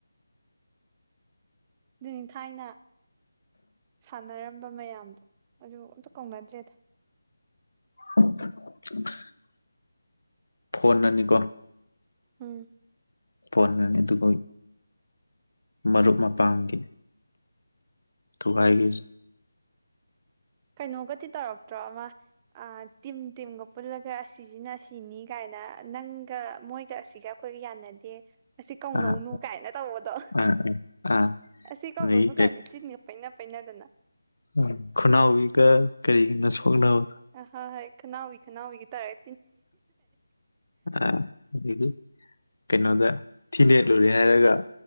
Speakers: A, on the right; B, on the left.
A: ꯑꯗꯨ ꯅꯤ ꯊꯥꯏꯅ ꯁꯥꯟꯅꯔꯝꯕ ꯃꯌꯥꯝꯗꯣ ꯑꯗꯨ ꯑꯝꯇ ꯀꯧꯅꯗ꯭ꯔꯦꯗ
B: <inaudible> ꯐꯣꯟꯅꯅꯤꯀꯣ
A: ꯎꯝ
B: ꯐꯣꯟꯅꯅꯤ ꯑꯗꯨꯒ ꯃꯔꯨꯞ ꯃꯄꯥꯡꯒꯤ ꯊꯨꯒꯥꯢꯒꯤꯖꯦ
A: ꯀꯩꯅꯣꯒꯗꯤ ꯇꯧꯔꯛꯇ꯭ꯔꯣ ꯑꯃ ꯑꯜ ꯇꯤꯝ ꯇꯤꯝꯒ ꯄꯨꯜꯂꯒ ꯑꯁꯤꯁꯤꯅ ꯁꯤꯅꯤ ꯀꯥꯏꯅ ꯅꯪꯒ ꯃꯣꯏꯒ ꯑꯁꯤꯒ ꯈꯣꯏꯒ ꯌꯥꯅꯗꯦ ꯑꯁꯤ ꯀꯧꯅꯧꯅꯨ
B: ꯑꯥ
A: ꯀꯥꯏꯅ ꯇꯧꯕꯗꯣ
B: ꯑꯥ ꯑꯥ ꯑꯥ
A: ꯑꯁꯤ ꯀꯧꯅꯧꯅꯨ
B: ꯑꯗꯒꯤ
A: ꯀꯥꯏꯅ ꯆꯤꯟꯒ ꯄꯩꯅ ꯄꯩꯅꯥꯗꯅ
B: ꯎꯝ ꯈꯨꯅꯥꯎꯋꯤꯒ ꯀꯔꯤꯒꯤꯅꯣ ꯁꯣꯛꯅꯕ
A: ꯑ ꯍꯣꯏ ꯍꯣꯢ ꯈꯅꯥꯎꯋꯤ ꯈꯅꯥꯎꯕꯤ ꯒ ꯇꯧꯔ
B: ꯑ ꯑꯗꯒꯤ ꯀꯩꯅꯣꯗ ꯊꯤ ꯅꯦꯠꯂꯨꯔꯦ ꯍꯥꯏꯔꯒ